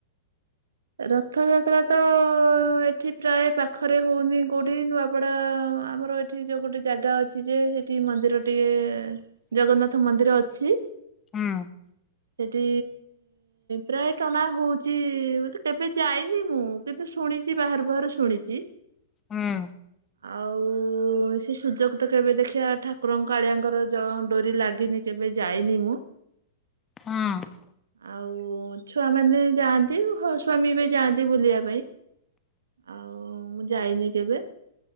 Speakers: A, on the right (about 85°); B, on the left (about 25°).
A: ରଥଯାତ୍ରା ତ ଏଠି ପ୍ରାୟ ପାଖରେ ହୋଉନି କୋଉଠି ନୂଆପଡା ଆମର ଏ ସେଠି ଯୋଉ ଗୋଟେ ଜାଗା ଅଛି ଯେ ସେଠି ମନ୍ଦିର ଟିକେ ଜଗନ୍ନାଥ ମନ୍ଦିର ଅଛି।
B: ହଁ।
A: ସେଠି ପ୍ରାୟ ଟଣା ହଉଛି ମ କେବେ ଯାଇନି ମୁଁ କିନ୍ତୁ ଶୁଣିଛି ବାହାରୁ ବାହାରୁ ଶୁଣିଛି।
B: ହୁଁ
A: ଆଉ ଆଉ ସେ ସୁଯୋଗ ତ କେବେ ଦେଖିବା ଠାକୁ କୁରଙ୍କ କାଳିଆଙ୍କର ଯ ଡୋରି ଲାଗିନି କେବେ ଯାଇନି ମୁଁ।
B: ହୁଁ
A: ଆଉ ଛୁଆ ମାନେ ଯାଆନ୍ତି ହ ସ୍ୱାମୀ ବି ଯାଆନ୍ତି ବୁଲିବା ପାଇଁ ଆଉ ମୁଁ ଯାଇନି କେବେ।